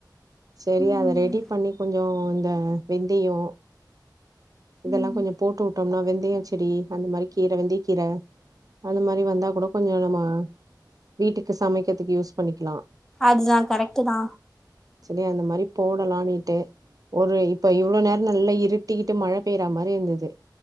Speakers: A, on the right (about 55°); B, in the centre.
A: சேரி
B: ம்
A: அத ரெடி பண்ணி கொஞ்சோ இந்த வெந்தயோ இதெல்லா
B: ம்
A: கொஞ்சோ போட்டு வுட்டோம்னா வெந்தய செடி அந்த மாரி கீர வெந்தயக்கீர அந்த மாரி வந்தா கூடோ கொஞ்சோ நம்ம வீட்டுக்கு சமைக்கிறதுக்கு யூஸ் பண்ணிக்கிலா
B: அதுதா கரெக்ட்டு தா
A: சேரி அந்த மாரி போடலானீட்டு ஒரு இப்ப இவ்ளோ நேரோ நல்லா இரு ட்டிக்கிட்டு மழ பெய்ற மாரி இந்துது